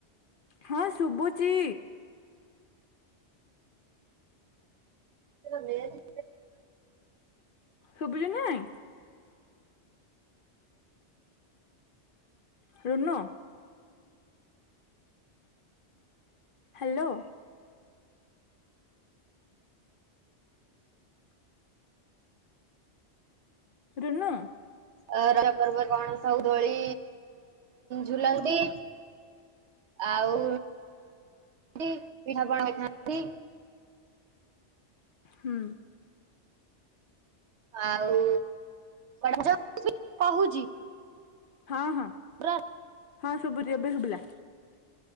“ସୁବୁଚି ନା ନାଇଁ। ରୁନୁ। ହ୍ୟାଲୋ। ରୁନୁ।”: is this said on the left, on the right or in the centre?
Left